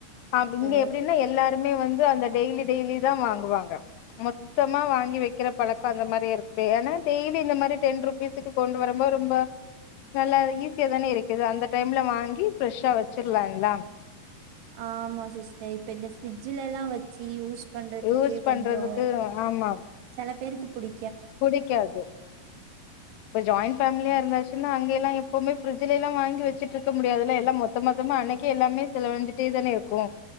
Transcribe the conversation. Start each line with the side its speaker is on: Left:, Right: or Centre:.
Left: ஆப் இங்க
Right: ஓ
Left: எப்பிடின்னா எல்லாருமே வந்து அந்த டெய்லி டெய்லி தா வாங்குவாங்க மொத்தமா வாங்கி வக்கிற பழக்கொ அந்த மாரி இருக்குப்ப ஏன்னா டெய்லி இந்த மாரி டென் ருப்பீஸுக்கு கொண்டு வரும்போது ரொம்ப நல்லாவெ ஈஸியா தானே இருக்குது அந்த டைம்ல வாங்கி ஃப்ரெஷ்ஷா வச்சுர்லா எல்லாம்
Right: ஆமா சிஸ்டர் இப்ப இந்த ஃபிரிட்ஜுலல்லா வச் சி யூஸ் பண்றதுக்கு
Left: யூஸ் பண்றதுக்கு
Right: கொஞ்சொ
Left: ஆமா
Right: செல பேருக்கு புடி
Left: புடிக்காது இப்ப ஜாயிண்ட் ஃபேமிலியா இருந்தாச்சுன்னா அங்கைல்லா எப்பவ்மே ஃப்ரிட்ஜுலைலா வாங்கி வச்சுட்ருக்க முடியாதுல்ல எல்லா மொத்த மொத்தமா அன்னைக்கே எல்லாமே செலவழுஞ்சிட்டே தானே இருக்கு